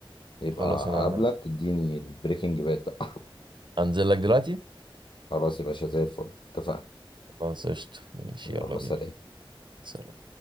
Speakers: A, on the left; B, on the right.
A: يبقى
B: خلاص
A: اقابلك
B: انا
A: تديني البريكنج باد بقى
B: هنزل لك دلوقتي
A: <laughs> خلاص يا باشا زي الفل اتفقنا
B: خلاص قشطة ماشي
A: يلا
B: يلا بينا
A: سلام
B: سلام.